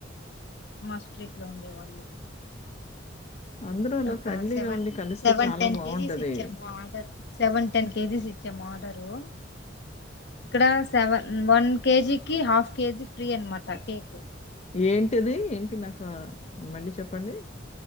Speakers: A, on the left; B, on the left.
A: మా స్ట్రీట్లో ఉండేవాళ్ళు
B: అందరూ అలా
A: ఒక
B: ఫ్రెండ్లీగా
A: సెవెన్
B: ఉండి కలిస్తే
A: సెవెన్
B: చాలా
A: టెన్
B: బావుంటది.
A: కేజీస్ ఇచ్చామ్ ఆర్డర్ సెవెన్ టెన్ కేజీస్ ఇ ఆర్డరు ఇక్కడ సెవన్ వన్ కేజీకి హాఫ్ కేజీ ఫ్రీ అనమాట కేక్
B: ఏంటిది ఏంటి నాకు మళ్ళీ చెప్పండి.